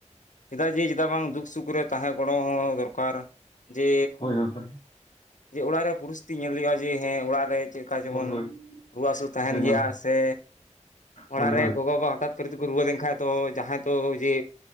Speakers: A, on the left (about 85°); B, on the left (about 45°).
A: ᱪᱮᱫᱟᱜ ᱡᱮ ᱪᱮᱫᱟᱜ ᱵᱟᱝ ᱫᱩᱠ ᱥᱩᱠ ᱨᱮ ᱛᱟᱦᱮᱸ ᱜᱚᱲᱚ ᱦᱚᱸ ᱫᱚᱨᱠᱟᱨ᱾ ᱡᱮ
B: ᱦᱳᱭ ᱦᱳᱭ
A: ᱡᱮ ᱚᱲᱟᱜ ᱨᱮ ᱯᱚᱨᱤᱥᱛᱷᱤᱛᱤ ᱧᱮᱞ ᱦᱳᱭᱳᱜᱼᱟ ᱡᱮ ᱦᱮᱸ ᱚᱲᱟᱜ ᱨᱮ ᱪᱮᱫ ᱞᱮᱠᱟ ᱡᱮᱢᱚᱱ
B: ᱦᱳᱭ ᱦᱳᱭ ᱦᱳᱭ
A: ᱨᱩᱣᱟᱹ ᱦᱟᱹᱥᱩ
B: ᱦᱳᱭ
A: ᱛᱟᱦᱮᱱ
B: ᱦᱳᱭ
A: ᱜᱮᱭᱟ
B: ᱦᱳᱭ
A: ᱥᱮ ᱚᱲᱟᱜ
B: ᱦᱳᱭ
A: ᱨᱮ ᱜᱚᱜᱚ-ᱵᱟᱵᱟ ᱦᱚᱴᱟᱛ ᱪᱟᱹᱨ ᱛᱮᱠᱚ ᱨᱩᱣᱟᱹ ᱞᱮᱱᱠᱟᱱ ᱛᱚ ᱡᱟᱦᱟᱸᱭ ᱛᱚ ᱡᱮ